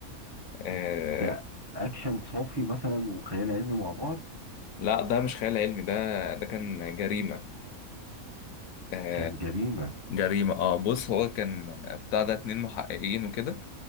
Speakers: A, on the left (about 75°); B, on the right (about 25°).
A: آه
B: ده اكشن صافي مثلا وخيال علمي مع بعض
A: لا ده مش خيال علمي ده ده كان جريمة آه،
B: كان جريمه
A: جريمة اه بص هو كان بتاع ده اتنين محققين وكده